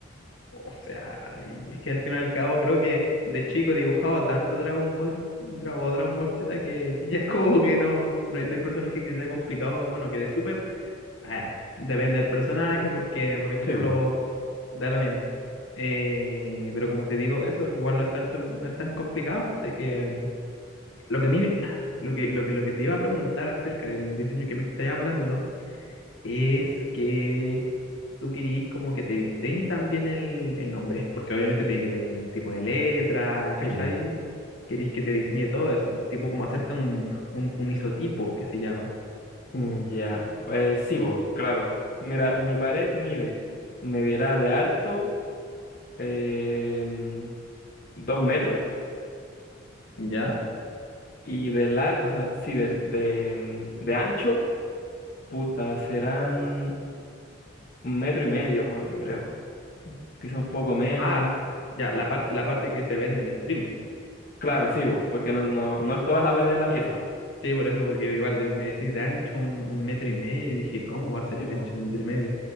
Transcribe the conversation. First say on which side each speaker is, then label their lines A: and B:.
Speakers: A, on the left; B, on the left.
A: O sea, y es que al fin y al cabo creo que de chico dibujaba tanto Dragon Ball Dra- o Dragon Ball Z que <laughs> ya es como que no, no hay, no hay personaje que sea complicado. Bueno, que de Super, a ver, depende del personaje porque, por ejemplo,
B: Sí, bo,
A: da lo mismo. Eh, pero como te digo, eso igual no es tanto, no es tan complicado. pues, De que lo que a mí, me- ah, lo que, lo que, lo que te iba a preguntar acerca del diseño que me estás hablando es que tú querís como que te diseñe también el, el nombre, porque obviamente tiene que tener un tipo de letra,
B: sí,
A: ¿cachai?
B: bo.
A: Querís que te diseñe todo eso, tipo como hacerte un, un, un isotipo que se llama,
B: Mm, Ya, Eh, sí, vos, claro. Mira, mi pared mide, medirá de alto eh, mm, dos metros
A: ¿ya?
B: y de largo, o sea, sí, del- de, mm, de, ancho, puta, serán un metro y medio más, yo creo. Quizá un poco menos.
A: Ah, ya, la parte, la parte que se ve en el stream.
B: Claro, sí, vos, porque no, no, no es toda la pared de la pieza, vos.
A: Sí, por eso, porque igual de- me decís de ancho un, un metro y medio y dije, ¿cómo va a ser
B: Sí,
A: de
B: bo.
A: ancho un metro y medio?